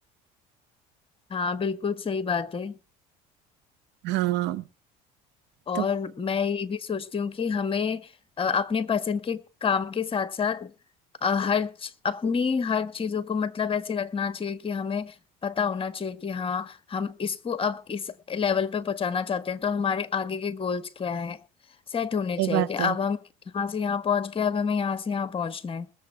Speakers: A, on the left; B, on the right.
A: हाँ बिल्कुल सही बात है
B: हाँ
A: और
B: तो
A: मैं ये भी सोचती हूँ कि हमें अ, अपने पसंद के काम के साथ साथ अ, हर च- अपनी हर चीजों को मतलब ऐसे रखना चाहिए कि हमें पता होना चाहिए कि हाँ हम इसको अब इस लेवल पे पहुंचाना चाहते हैं तो हमारे आगे के गोल्स क्या है सेट होने
B: सही
A: चाहिए
B: बात
A: कि
B: है
A: अब हम यहाँ से यहाँ पहुंच गए अब हमें यहाँ से यहाँ पहुंचना है